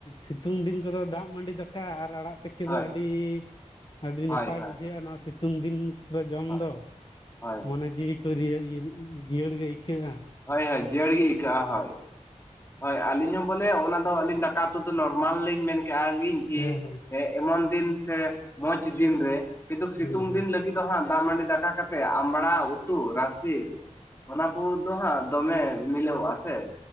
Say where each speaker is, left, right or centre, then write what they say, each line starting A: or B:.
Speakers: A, on the left; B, on the left.
A: ᱥᱤᱛᱩᱝ ᱫᱤᱱ ᱠᱚᱫᱚ ᱫᱟᱜ ᱢᱟᱹᱰᱤ ᱫᱟᱠᱟ ᱟᱨ ᱟᱲᱟᱜ ᱛᱤᱠᱤ
B: ᱦᱳᱭ
A: ᱫᱟ ᱟᱹᱰᱤ ᱟᱹᱰᱤ
B: ᱦᱳᱭ
A: ᱱᱟᱯᱟᱭ
B: ᱦᱳᱭ
A: ᱵᱩᱡᱷᱟᱹᱜᱼᱟ ᱱᱚᱣᱟ ᱥᱤᱛᱩᱝ ᱫᱤᱱ ᱡᱚᱢ
B: ᱦᱳᱭ
A: ᱫᱚ
B: ᱦᱳᱭ
A: ᱢᱚᱱᱮ ᱡᱤᱣᱤ ᱠᱚ ᱡᱤᱭᱟᱹᱲ ᱜᱮ ᱟᱹᱭᱠᱟᱹᱜᱼᱟ᱾
B: ᱦᱳᱭ ᱦᱳᱭ ᱡᱤᱭᱟᱹᱲ ᱜᱮ ᱟᱹᱭᱠᱟᱹᱜᱼᱟ ᱦᱳᱭ᱾ ᱦᱳᱭ ᱟᱹᱞᱤᱧ ᱦᱚᱸ ᱵᱚᱞᱮ ᱚᱱᱟ ᱫᱚ ᱟᱹᱞᱤᱧ ᱫᱟᱠᱟ ᱩᱛᱩ ᱫᱚ ᱱᱚᱨᱢᱟᱞ ᱞᱤᱧ ᱢᱮᱱ ᱠᱮᱫ ᱟᱞᱤᱧ
A: ᱦᱮᱸ
B: <inaudible> ᱮᱢᱚᱱ ᱫᱤᱱ ᱥᱮ ᱢᱚᱸᱡᱽ ᱫᱤᱱ ᱨᱮ ᱠᱤᱱᱛᱩ
A: ᱦᱮᱸ
B: ᱥᱤᱛᱩᱝ
A: ᱦᱮᱸ
B: ᱫᱤᱱ
A: ᱦᱮᱸ
B: ᱞᱟᱹᱜᱤᱫ᱾ ᱫᱚ ᱦᱟᱸᱜ ᱫᱟᱜ ᱢᱟᱹᱰᱤ ᱫᱟᱠᱟ ᱠᱟᱛᱮ ᱟᱢᱲᱟ ᱩᱛᱩ ᱨᱟᱥᱮ ᱚᱱᱟ ᱠᱚᱫᱚ ᱦᱟᱸᱜ ᱫᱚᱢᱮ ᱢᱤᱞᱟᱹᱚᱜᱼᱟ ᱥᱮᱼᱼ